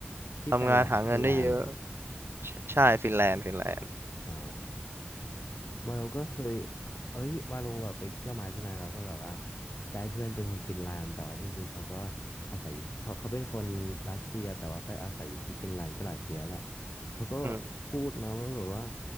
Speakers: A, on the left; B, on the right.
A: ที่แฟนแลนด์ฟินแลนด์เหรอ
B: ทำงานหาเงินได้เยอะใช่ใช่ฟินแลนด์ฟินแลนด์
A: อ๋อวาโลก็เคยเอ้ยวาโลแบบไปเที่ยวมาใช่ไหมเราก็แบบว่าได้เพื่อนเป็นคนฟินแลนด์แต่ว่าจริงๆเขาก็อาศัยอยู่เขาเขาเป็นคนรัสเซียแต่ว่าไปอาศัยอยู่ที่ฟินแลนด์ก็หลายปีแล้วแหละเขาก็พูดนะว่าแบบว่า
B: อืม